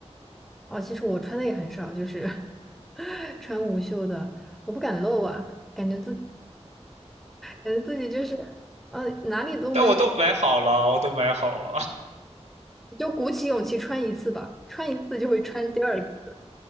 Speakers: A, in the centre; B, on the right.
A: 哦，其实我穿的也很少，就是 <laughs> 穿无袖的，我不敢露啊，感觉自感觉自己就是，呃，哪里都没有，
B: 但我都买好了，我都买好了。
A: 就鼓起勇气穿一次吧，穿一次就会穿第二次。